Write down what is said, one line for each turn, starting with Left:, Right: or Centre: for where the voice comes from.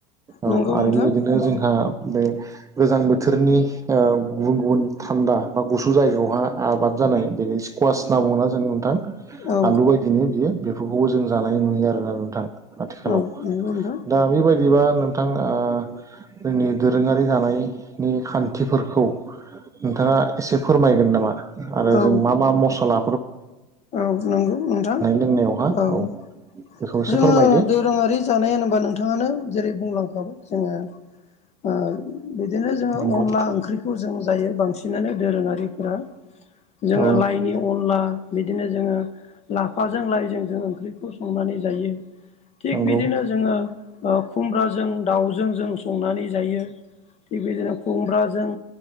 Right: औ
Left: नंगौ
Right: आरो
Left: नोंथां
Right: बेबायदिनो
Left: औ
Right: जोंहा बे गोजां बोथोरनि ओ गुबुन गुबुन थान्दा बा गुसु जायगायावहा आबाद जानाय बेबादि स्कुवासना होनना बुङा जों नोंथां?
Left: औ
Right: आलु बायदिनो बियो बेफोरखौबो जों जानाय नुयो आरोना नोंथां। आथिखालाव
Left: औ नंगौ नोंथां
Right: दा बेबायदि दिबा नोंथां ओ जोंनि दोरोङारि जानायनि खान्थिफोरखौ नोंथाङा एसे फोरमायगोन नामा आरो
Left: औ
Right: जों मा मा मस्ला
Left: औ नंगौ नोंथां
Right: लोंनायावहा
Left: औ
Right: औ बेखौ एसे
Left: जोङो
Right: फोरमायदो
Left: दोरोङारि जानाय होनोबा नोंथाङानो जेरै बुंलांखाबाय जोङो ओ बिदिनो जोङो
Right: नंगौ
Left: अनला ओंख्रि खौ जों जायो बांसिनानो दोरोङारिफोरा जोङो
Right: औ
Left: लाइनि अनला, बिदिनो जोङो लाफाजों लाइजों जों ओंख्रिखौ संनानै जायो थिग
Right: नंगौ
Left: बिदिनो जोंङो ओ खुमब्राजों दाव जों संनानै जायो थिग बिदिनो खुमब्राजों